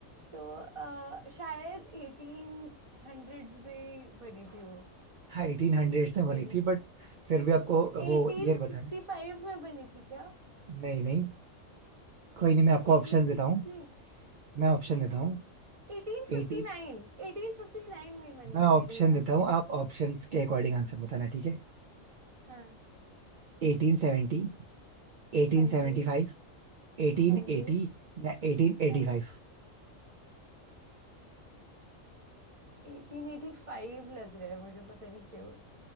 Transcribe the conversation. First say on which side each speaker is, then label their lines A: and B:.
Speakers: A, on the right; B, on the right.
A: तो अ, शायद एटीन हंड्रेड्स में बनी थी वो
B: हाँ एटीन हंड्रेड में
A: मेरे
B: बनी थी बट फिर भी आपको
A: एटीन
B: वो ईयर बताना
A: सिक्सटी
B: है
A: फाइव में बनी थी क्या
B: नहीं नहीं कोई नहीं मैं आपको ऑप्शन
A: Eighteen
B: देता
A: sixty
B: हूँ मैं ऑप्शन देता हूँ
A: eighteen fifty
B: एटीन
A: nine eighteen fifty nine में बनी
B: मैं
A: थी मेरे
B: ऑप्शन
A: हिसाब
B: देता
A: से
B: हूँ आप ऑप्शन के अकॉर्डिंग आंसर बताना ठीक है
A: हाँ
B: Eighteen seventy eighteen
A: हाँ
B: seventy
A: जी
B: five eighteen
A: हाँ जी
B: eighty या एटीन एटी
A: हाँ
B: फाइव
A: जी एटीन एटी फाइव लग रहा है मुझे पता नहीं क्यों